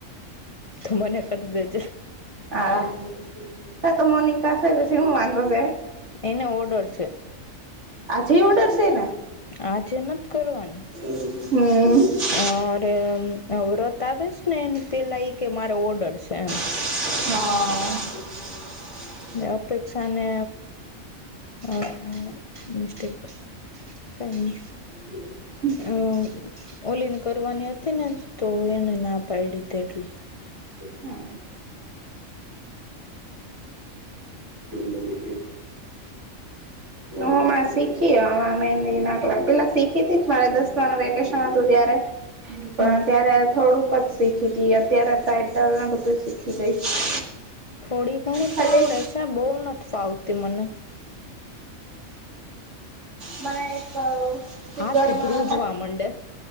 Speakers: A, on the left; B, on the right.
A: તો મને કરી દેજે.
B: આ ત તો મોનિકા છે પછી હું વાંધો છે.
A: એને ઓર્ડર છે.
B: આજેયે ઓર્ડર છે એને.
A: આજે નથ કરવાની.
B: હમ.
A: અ રે આ વ્રત આવેસ ને એ પેલા એ કે મારો ઓર્ડર છે એમ.
B: હા.
A: અપેક્ષાને અ મિસ્ટેક. કઈ ની.
B: હ <unintelligible>
A: હમ ઓલીને કરવાની હતી ને તો એને ના પાઈડી તે એટલે.
B: હમ. એ <inaudible> હું હમણાં શીખી અમા મેદી કલા પેલા શીખી હતી જ મારે દસમારનું વેકેશન હતું ત્યારે પણ
A: હા
B: ત્યારે થોડુંક જ. શીખી હતી અત્યારે ટાઇટલને બધું શીખી ગઈ.
A: થોડી ઘણી
B: ખાલી
A: તો આવડે છે બહુ નથી ફાવતી મને.
B: મને એક. ફિગરમાં
A: હાથ ધ્રુજવા
B: ને
A: મંડે.